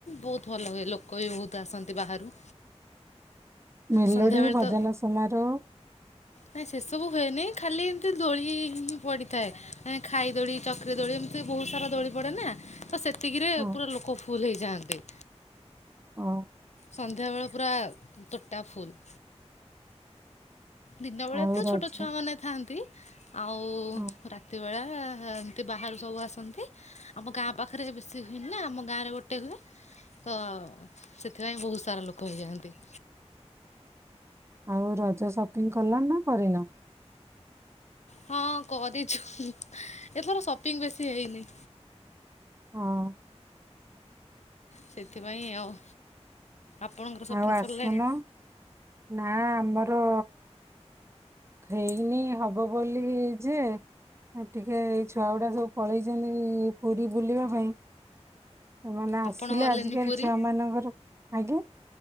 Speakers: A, on the left (about 80°); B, on the right (about 25°).
A: ବହୁତ ଭଲ ହୁଏ ଲୋକ ବି ବହୁତ ଆସନ୍ତି ବାହାରୁ।
B: ମେଲୋଡ଼ି
A: ସନ୍ଧ୍ୟାବେଳେ
B: ଭଜନ
A: ତ
B: ସମାରୋହ
A: ନାଇଁ ସେସବୁ ହୁଏନି ଖାଲି ଏମତି ଦୋଳି ପଡିଥାଏ ଖାଇ ଦୋଳି ଚକ୍ରୀ ଦୋଳି ଏମିତି ବହୁତ ସାରା ଦୋଳି ପଡ଼େ ନା ତ ସେଥ୍ ଏତିକିରେ
B: ହଁ
A: ପୁରା ଲୋକ ଫୁଲ୍ ହେଇଯାଆନ୍ତି।
B: ଓ!
A: ସନ୍ଧ୍ୟାବେଳେ ପୁରା ତୋଟା ଫୁଲ୍। ଦିନ ବେଳେ
B: ଆଉ
A: ତ
B: ରଜ
A: ଛୋଟ ଛୁଆ
B: ହଁ।
A: ମାନେ ଥାଆନ୍ତି ଆଉ ରାତ୍
B: ହଁ।
A: ରାତିବେଳା ଏମତି ବାହାରୁ ସବୁ ଆସନ୍ତି। ଆମ ଗାଁ ପାଖରେ ବେଶି ହୁଏନି ନା ଆମ ଗାଁରେ ଗୋଟେ ହୁଏ। ତ ସେଥିପାଇଁ ବହୁତ ସାରା ଲୋକ ହେଇଯାଆନ୍ତି।
B: ଆଉ ରଜ ସପିଙ୍ଗ କଲଣି ନା କରିନ?
A: ହଁ କରିଛୁ ଏଥର ସପିଙ୍ଗ ବେଶୀ ହେଇନି।
B: ହଁ।
A: ସେଥିପାଇଁ ଆଉ ଆପଣଙ୍କର ସପିଙ୍ଗ
B: ଆଉ ଆସୁନ
A: ସରିଲାଣି?
B: ନା ଆମର ହେଇନି ହବ ବୋଲି ଯେ ଟିକେ ଏଇ ଛୁଆ ଗୁଡା ସବୁ ପଳେଇଛନ୍ତି ପୁରୀ ବୁଲିବା ପାଇଁ। ସେମାନେ ଆସିଲେ
A: ଆପଣ ଗଲେନି
B: ଆଜିକାଲି
A: ପୁରୀ
B: ଛୁଆ ମାନଙ୍କର ଆଜ୍ଞା